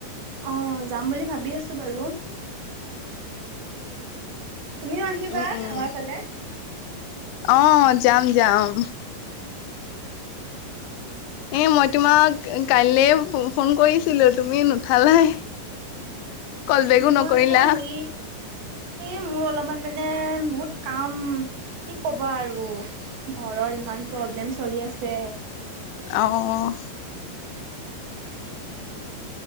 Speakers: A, on the right; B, on the left.
A: অ' যাম বুলি ভাবি আছো বাৰু। তুমিও আহিবা
B: উম উম
A: আমাৰ ফালে।
B: অ' যাম যাম।
A: শুনা নাই।
B: এ মই তোমাক কাইলে ফোন কৰিছিলো তুমি নুঠালাই। কল বেকো
A: মই
B: নকৰিলা
A: আকৌ হেৰি এই মোৰ অলপমান মানে বহুত কাম, কি ক'বা আৰু। অ' ঘৰৰ ইমান প্ৰব্লেম চলি আছে
B: অ'।
A: উম <unintelligible>